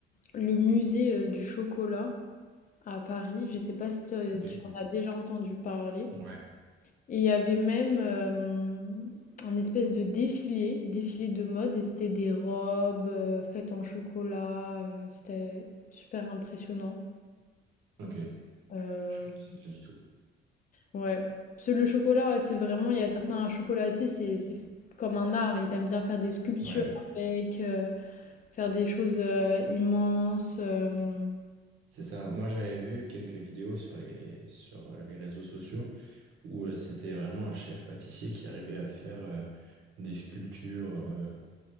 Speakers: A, on the left; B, on the right.
A: le musée euh, du chocolat à Paris. Je sais pas si tu
B: ok.
A: tu en as déjà entendu parler.
B: Ouais.
A: Et il y avait même hem, un espèce de défilé, défilé de mode et c'était des robes, heu, faites en chocolat, heu, c'était super impressionnant.
B: Ok.
A: Heu,
B: Je connaissais pas du tout.
A: ouais. Parce que le chocolat, ouais, c'est vraiment il y a certains chocolatiers, c'est c'est comme un art, ils aiment bien faire des sculptures
B: Ouais.
A: avec, heu, faire des choses, heu, immenses, hem,
B: C'est ça. Moi, j'avais vu quelques vidéos sur les, sur euh, les réseaux sociaux où euh, c'était vraiment un chef pâtissier qui arrivait à faire euh, des sculptures. euh,